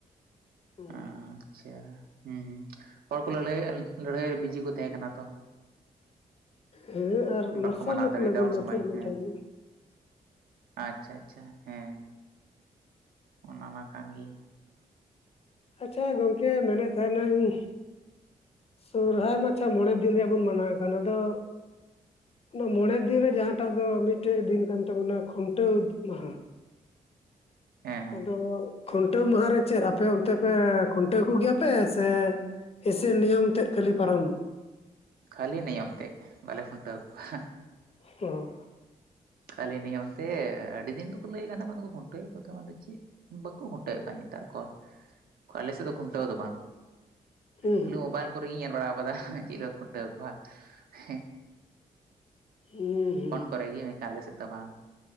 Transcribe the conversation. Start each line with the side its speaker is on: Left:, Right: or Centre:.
Left: ᱦᱩᱸ
Right: ᱟᱪᱪᱷᱟ ᱦᱩᱸ ᱦᱚᱲ ᱠᱚ ᱞᱟᱹᱲᱦᱟᱹᱭ ᱞᱟᱹᱲᱦᱟᱹᱭ ᱨᱮ ᱵᱤᱡᱤ ᱠᱚ ᱛᱟᱦᱮᱸᱠᱟᱱᱟ᱾ ᱛᱚ
Left: ᱦᱮᱸ ᱟᱨ ᱢᱟᱨᱥᱟᱞ
Right: ᱵᱟᱠᱚ ᱢᱟᱱᱟᱣ
Left: ᱫᱚᱠᱚ
Right: ᱫᱟᱲᱤᱭᱟᱫᱟ
Left: ᱞᱟᱹᱜᱤᱫ
Right: ᱩᱱ
Left: ᱞᱟᱛᱟᱨ
Right: ᱥᱚᱢᱚᱭ
Left: ᱢᱮ
Right: ᱦᱮᱸ
Left: ᱛᱟᱦᱮᱸᱫ
Right: ᱾
Left: ᱫᱚ
Right: ᱟᱪᱪᱷᱟ ᱟᱪᱪᱷᱟ ᱦᱮᱸ᱾ ᱚᱱᱟ ᱢᱟ ᱠᱟᱱ ᱜᱤ᱾
Left: ᱟᱪᱪᱷᱟ ᱜᱚᱢᱠᱮ ᱢᱮᱱᱮᱫ ᱛᱟᱦᱮᱱᱟᱹᱧ ᱥᱚᱨᱦᱟᱭ ᱢᱟ ᱟᱪᱪᱷᱟ ᱢᱚᱬᱮ ᱫᱤᱱ ᱨᱮᱭᱟᱜ ᱵᱚᱱ ᱢᱟᱱᱟᱣᱮᱫ ᱠᱟᱱ, ᱟᱫᱚ ᱚᱱᱟ ᱢᱚᱬᱮ ᱫᱤᱱ ᱨᱮ ᱡᱟᱦᱟᱸᱴᱟᱜ ᱫᱚ ᱢᱤᱫᱴᱮᱡ ᱫᱤᱱ ᱠᱟᱱ ᱛᱟᱵᱚᱱᱟ ᱠᱷᱩᱱᱴᱟᱹᱣ ᱢᱟᱦᱟ᱾
Right: ᱦᱮᱸ ᱦᱮᱸ
Left: ᱟᱫᱚ ᱠᱷᱩᱱᱴᱟᱹᱣ ᱢᱟᱦᱟ ᱨᱮ ᱪᱮᱫ ᱟᱯᱮ ᱚᱱᱛᱮ ᱯᱮ ᱠᱷᱩᱱᱴᱟᱹᱣ ᱠᱚᱜᱮᱭᱟ ᱯᱮ ᱥᱮ? ᱥᱮ ᱱᱤᱭᱚᱢ ᱛᱮᱫ ᱠᱷᱟᱹᱞᱤ ᱯᱟᱨᱚᱢ?
Right: ᱠᱷᱟᱹᱞᱤ ᱱᱤᱭᱚᱢ ᱛᱮᱫ ᱵᱟᱞᱮ ᱠᱷᱩᱱᱴᱟᱹᱣ ᱠᱚᱣᱟ᱾
Left: ᱚᱸ ᱾
Right: ᱠᱷᱟᱹᱞᱤ ᱱᱤᱭᱟ ᱚᱱᱛᱮ ᱟᱹᱰᱤ ᱫᱤᱱ ᱫᱚᱠᱚ ᱞᱟᱹᱭᱮᱫ ᱠᱟᱱ ᱠᱷᱩᱱᱴᱟᱹ ᱭᱮᱫ ᱠᱚ ᱛᱟᱦᱮᱸ ᱵᱟᱝ ᱫᱚ ᱪᱮᱫ? ᱵᱟᱠᱚ ᱠᱷᱩᱱᱴᱟᱹᱣᱮᱫ ᱠᱟᱱᱣᱟ ᱱᱮᱛᱟᱨ ᱠᱚᱨ ᱟᱞᱮ ᱥᱮᱫ ᱫᱚ ᱠᱷᱩᱱᱴᱟᱹᱣ ᱫᱚ ᱵᱟᱝ᱾
Left: ᱦᱩᱸ
Right: ᱠᱷᱟᱹᱞᱤ ᱢᱳᱵᱟᱭᱤᱞ ᱠᱚᱨᱮᱜᱤᱧ ᱧᱮᱞ ᱵᱟᱲᱟ ᱟᱠᱟᱫᱟ ᱪᱮᱫ ᱞᱮᱠᱟ ᱠᱷᱩᱱᱴᱟᱹᱣ ᱠᱚᱣᱟ ᱦᱮᱸ᱾
Left: ᱦᱩᱸ ᱾
Right: ᱯᱷᱳᱱ ᱠᱚᱨᱮ ᱜᱮ ᱢᱮᱱᱠᱷᱟᱱ ᱟᱞᱮ ᱥᱮᱫ ᱫᱚ ᱵᱟᱝ